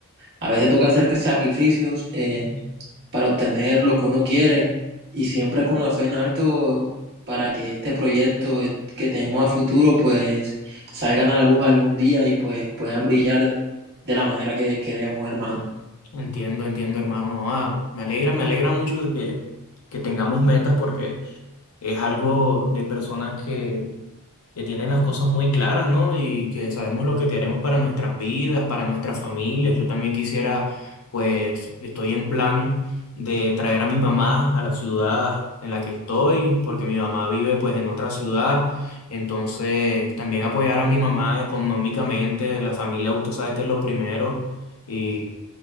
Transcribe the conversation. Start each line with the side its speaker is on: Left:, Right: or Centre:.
Right: A veces toca hacer sacrificios eh, para obtener lo que uno quiere y siempre con la fe en alto para que este proyecto que tenemos a futuro pues salgan a la luz algún día y pues puedan brillar de la manera que queremos, hermano.
Left: Entiendo, entiendo, hermano. Ah, me alegra, me alegra mucho de que, que tengamos metas porque es algo de personas que que tienen las cosas muy claras, ¿no? Y que sabemos lo que queremos para nuestras vidas, para nuestras familias. Yo también quisiera, pues, estoy en plan de traer a mi mamá a la ciudad en la que estoy, porque mi mamá vive, pues, en otra ciudad. Entonces, también apoyar a mi mamá económicamente, la familia, usted sabe que es lo primero, y